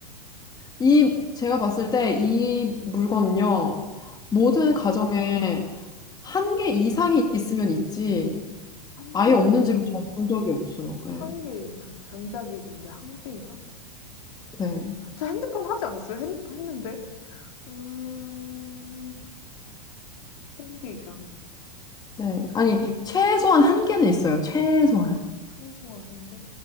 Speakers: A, on the left; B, on the left.
A: 이, 제가 봤을 때 이 물건은요. 모든 가정에 한 개 이상이 있으면 있지,
B: 한
A: 아예
B: 개
A: 없는
B: 이상?
A: 집은 전 본 적이 없어요. 네.
B: 한 개 이상. 전자기기인데 한 개 이상?
A: 네.
B: 저 핸드폰 하지 않았어요? 핸드폰 했는데. 음, 한 개 이상.
A: 네. 아니, 최소한 한 개는 있어요. 최소한.
B: 최소한 한 개?